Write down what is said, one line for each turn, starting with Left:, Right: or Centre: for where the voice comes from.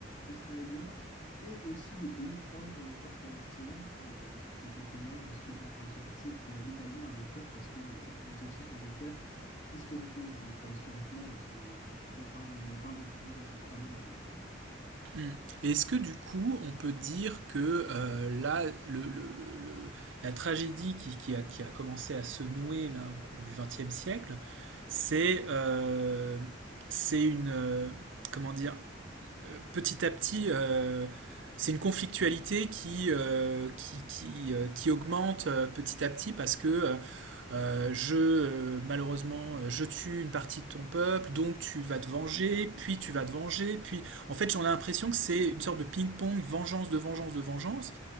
Left: Israéliens et aussi les pays hors, euh, hors palestiniens qui, euh, qui étaient témoins de ce qui était en train de se passer et qui euh, également avaient peur parce que, euh, ils étaient aussi sur des terres historiquement juives. Enfin, historiquement, euh, ce- on parle de, on parle de tout, il y a plus de 3000 ans, bien sûr.
Right: Mm. Et Est-ce que du coup, on peut dire que euh, là, le, le- le- le- la tragédie qui, qui a, qui a commencé à se nouer là au cours du XXe siècle, c'est euh, c'est une euh, comment dire euh, petit à petit, euh, c'est une conflictualité qui, euh, qui, qui, euh, qui augmente euh, petit à petit parce que euh, euh, je, euh, malheureusement, euh, je tue une partie de ton peuple, donc tu vas
Left: hein.
Right: te venger, puis tu vas te venger, puis... En fait, j'en ai l'impression que c'est une sorte de ping-pong, vengeance de vengeance de vengeance,